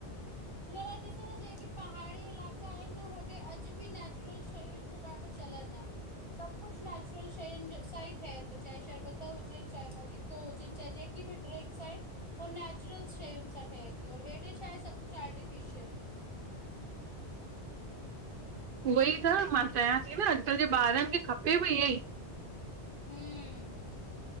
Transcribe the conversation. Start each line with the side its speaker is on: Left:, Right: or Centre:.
Left: हिन लाइ ॾिसो न जेकी पहाड़ी इलाइका आहिनि होॾे अॼु बि नेचुरल शयुनि जो ॾाढो चलर न सभु कुझु नैचुरल शय साइट है त चाहे शरबता हुजनि चाहे मोजतो हुजनि चाहे जे ड्रिं उ नेचुरल शयुनि सां ठहे थीऔ हेॾे छा आहे सभु कुझु आर्टिफिशल
Right: उहोई त मां चाहियां थी न अॼुकल्ह जे ॿारनि खे खपे बि इहो ई।
Left: हम